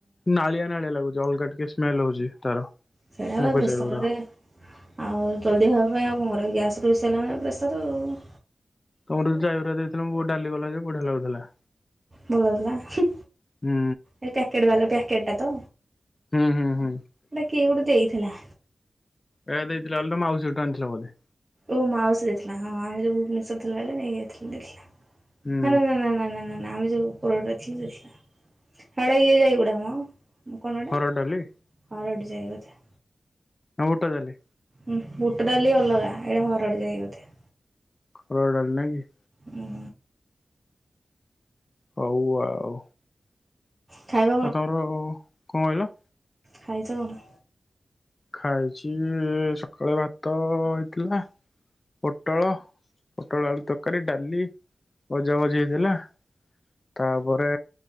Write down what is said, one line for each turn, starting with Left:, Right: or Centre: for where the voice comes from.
Left: ନାଳିଆ ନାଳିଆ ଲାଗୁଚି, ଅଲଗା ଟିକେ ସ୍ମେଲ ହଉଚି। ତାର
Right: ସେଇଟା
Left: ମୁଗ
Right: ବା ପ୍ରେସରରେ
Left: ଜାଇ ଗୁଡା।
Right: ଆଉ ଜଲଦି ହଏ। ହଁ ଆଉ କଣ କରିବା, ଗ୍ୟାସ ତ ହେଇ ସାରିଲାଣି ପ୍ରେସରରେ ଆଉ।
Left: ତମର ଯୋଉ ଜାଇଗୁଡ଼ାକ ଦେଇଥିଲ, ବୋଉ ଡାଲି କଲା ଯେ ବଢିଆ ଲାଗୁଥିଲା।
Right: ଭଲ ଲାଗୁଥିଲା, ହୁଁ
Left: ହୁଁ
Right: ଏଇ ପ୍ୟାକେଟ ବାଲା ପ୍ୟାକେଟ ଟା ତ,
Left: ହୁଁ ହୁଁ ହୁଁ
Right: ହେଟା କିଏ ଗୋଟେ ଦେଇଥିଲା।
Left: ଏଆ ଦେଇଥିଲା ବଇଲେ, ତମେ ମାଉସି ଘରଠୁ ଆଣିଥିଲ ବୋଧେ।
Right: ଓ ମାଉସୀ ଦେଇଥିଲା, ହଁ ହଁ ଏଇ ଯଉ ଭୁବନେଶ୍ୱର ଥିଲା ବେଳେ ନେଇ ଯାଇଥିଲୁ ଦେଇଥିଲା।
Left: ହୁଁ।
Right: ହେଲୋ ନା ନା ନା ନା। ଆମେ ଯୋଉ ଉପରଟା ଥିଲୁ ହେଟା ଇଏ ଯାଇଗୁଡାକ ମ। କଣଟା
Left: ହରଡ଼
Right: ଏଟା
Left: ଡାଲି
Right: ହରଡି। ଜୟ ବଧେ।
Left: ନା ବୁଟଡ଼ାଲି?
Right: ହୁଁ ବୁଟ ଡାଲି ଅଲଗା, ଏଇଟା ହରଡି ଯାଇ ବୋଧେ,
Left: ହରଡଡାଲି ନାଁଇ କି?
Right: ହୁଁ।
Left: ହଉ ଆଉ।
Right: ଖାଇବ
Left: ଆଉ ତମର ଆଉ କଣ କହିଲ?
Right: ଖାଇଚ କଣ?
Left: ଖାଇଚି, ସକାଳେ ଭାତ ହେଇଥିଲା ପୋଟଳ, ପୋଟଳ ଆଳୁ ତରକାରୀ, ଡାଲି। ଭଜା ଭଜି ହେଇଥିଲା? ତାପରେ